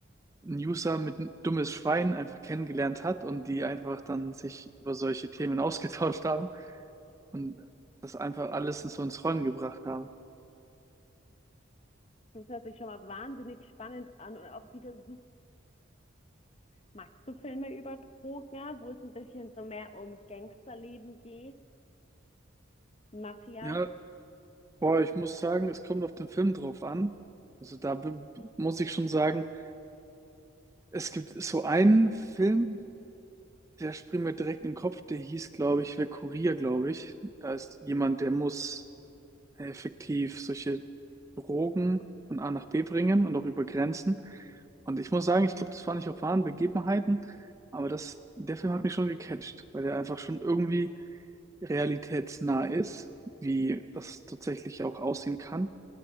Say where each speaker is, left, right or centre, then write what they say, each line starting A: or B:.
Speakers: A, on the right; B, on the left.
A: einen User mit ein dummes Schwein einfach kennengelernt hat und die einfach dann sich über solche Themen <laughs> ausgetauscht haben. und das einfach alles so ins Rollen gebracht haben.
B: Das hört sich schon mal wahnsinnig spannend an und auch wieder super Magst du Filme über Drogen, ja, wo es ein bisschen so mehr um Gangsterleben geht, Mafia?
A: Ja, boah, ich muss sagen, es kommt auf den Film drauf an. Also da be- muss ich schon sagen, es gibt so einen Film, der springt mir direkt in den Kopf, der hieß, glaube ich, Wer Kurier, glaube ich. Da ist jemand, der muss effektiv solche Drogen von A nach B bringen und auch über Grenzen. Und ich muss sagen, ich glaube, das war nicht auf wahren Begebenheiten, aber das, der Film hat mich schon gecatcht, weil der einfach schon irgendwie realitätsnah ist, wie das tatsächlich auch aussehen kann.